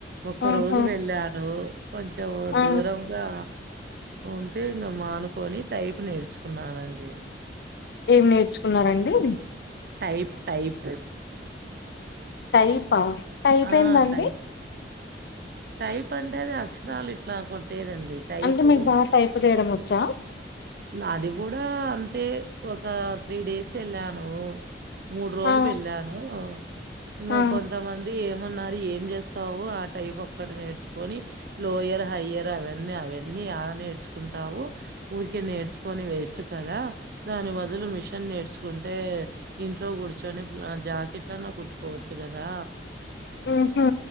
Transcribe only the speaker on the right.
ఒక్క
రోజు వెళ్ళను కొంచెం
దూరంగా ఉంటే ఇంకా మానుకొని టైపు నేర్చుకున్నానండి
టైప్ టైపు
ఆ!
టైప్. టైప్ అంటే అది అక్షరాలు ఇట్లా కొట్టేదండి టైపు
అది కూడా అంతే ఒక త్రీ డేస్ వెళ్ళాను మూడు రోలు
వెళ్ళాను ఇంక
కొంతమంది ఏమన్నారు ఏం చేస్తావు ఆ టైప్ ఒక్కటి నేర్చుకొని లోయర్ హైయ్యర్ అవ అన్న అవన్నీ ఏడ నేర్చుకుంటావు ఊరికే నేర్చుకొని వేస్ట్ కదా దాని బదులు మిషన్ నేర్చు కుంటే ఇంట్లో కూర్చొని జాకెట్లన్న కుట్టుకోవచ్చు కదా